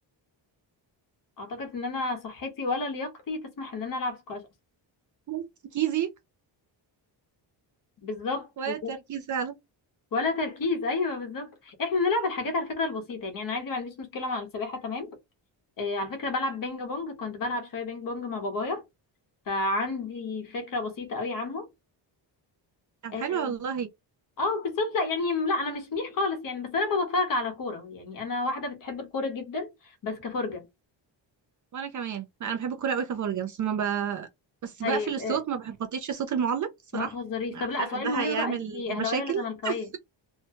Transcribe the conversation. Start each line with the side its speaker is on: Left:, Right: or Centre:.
Left: اعتقد ان انا صحتي ولا لياقتي تسمح ان انا العب سكواش اصلا
Right: ولا تركيزي
Left: بالظبط
Right: ولا
Left: بالظبط
Right: التركيز فعلا
Left: ولا تركيز ايوه بالظبط احنا بنلعب الحاجات على فكره البسيطه يعني انا عادي ما عنديش مشكله مع السباحه تمام آه على فكره بلعب بينج بونج كنت بلعب شويه بينج بونج مع بابايا فعندي فكره بسيطه قوي عنه
Right: طب
Left: اه
Right: حلو والله
Left: آه، بالظبط لا يعني لا انا مش منيح خالص يعني بس انا بتفرج على كوره يعني انا واحده بتحب الكوره جدا بس كفرجه
Right: وانا كمان لا، انا بحب الكوره قوي كفرجه بس ما ب... بس
Left: طيب
Right: بقفل الصوت
Left: آه
Right: ما بحبطيش صوت المعلق صراحه
Left: ما تهزريش
Right: أنا
Left: طب
Right: عارفه
Left: لا سؤال
Right: ان ده
Left: مهم
Right: هيعمل
Left: بقى انت اهلاويه
Right: مشاكل
Left: ولا زملكاويه
Right: <laughs>